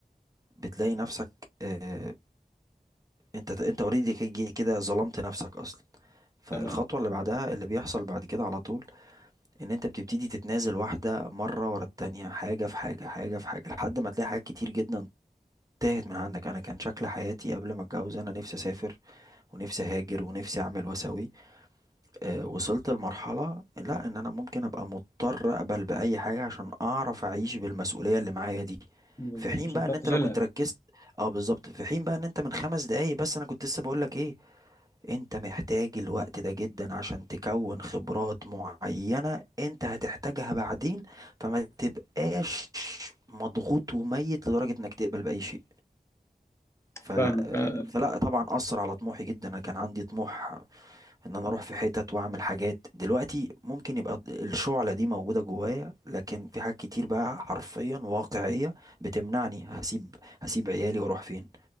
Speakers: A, on the right; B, on the left.
A: بتلاقي نفسك آه، انت انت اوريدي كي- كده ظلمت نفسك اصلا فالخطوة
B: تمام
A: اللي بعدها اللي بيحصل بعد كده على طول ان انت بتبتدي تتنازل واحدة مرة ورا التانية حاجة في حاجة حاجة في حاجة لحد ما تلاقي حاجات كتير جدا تاهت من عندك انا كان شكل حياتي قبل ما اتجوز انا نفسي اسافر ونفسي اهاجر ونفسي اعمل واسوي آه، وصلت لمرحلة لا ان انا ممكن ابقى مضطر اقبل باي حاجة عشان اعرف اعيش بالمسؤولية اللي معايا دي
B: بالظبط
A: في حين
B: عشان
A: بقى
B: تعرف
A: ان انت
B: تشيلها
A: لو كنت ركزت اه بالظبط في حين بقى ان انت من خمس دقايق بس انا كنت لسه بقول لك ايه انت محتاج الوقت ده جدا عشان تكون خبرات معينة انت هتحتاجها بعدين فما تبقاش مضغوط وميت لدرجة انك تقبل باي شيء ف... آه،
B: فاهمك آه،
A: فلا طبعا اثر على طموحي جدا انا كان عندي طموح ان انا اروح في حتت واعمل حاجات دلوقتي ممكن يبقى الشعلة دي موجودة جوايا لكن في حاجات كتير بقى حرفيا واقعية بتمنعني هسيب هسيب عيالي واروح فين